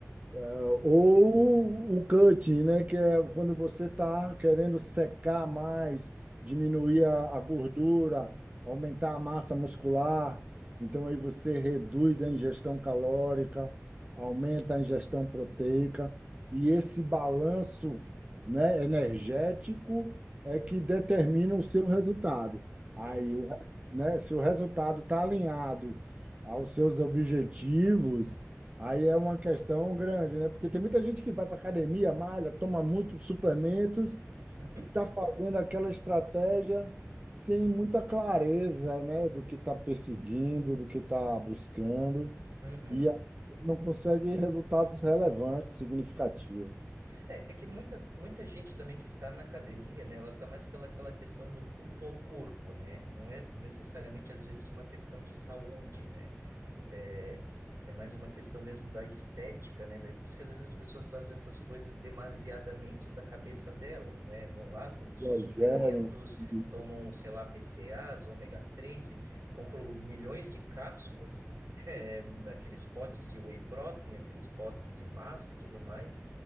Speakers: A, on the right (about 25°); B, on the right (about 70°).
A: É, Ou o cutting, né? Que é quando você está querendo secar mais, diminuir a, a gordura, aumentar a massa muscular. Então, aí você reduz a ingestão calórica, aumenta a ingestão proteica. E esse balanço, né, energético é que determina o seu resultado.
B: sim.
A: Aí, o, né, se o resultado está alinhado aos seus objetivos Aí é uma questão grande, né? Porque tem muita gente que vai para academia, malha, toma muitos suplementos
B: <laughs>
A: e está fazendo aquela estratégia sem muita clareza, né? Do que está perseguindo, do que está buscando
B: Uhum.
A: e a- não consegue resultados relevantes, significativos.
B: É, é que muita, muita gente também que está na academia, né, ela está mais pela aquela questão do culto ao corpo, né? Não é necessariamente, às vezes, uma questão de saúde, né? É, é mais uma questão mesmo da estética, né? Daí por isso que às vezes as pessoas fazem essas coisas demasiadamente da cabeça delas, né? Vão lá, tomam só
A: Exageram.
B: suplementos,
A: E,
B: tomam, sei lá, BCAAs, ômega 3 e compram milhões de cápsulas, <laughs> eh, aqueles potes de whey protein, aqueles potes de massa e tudo mais.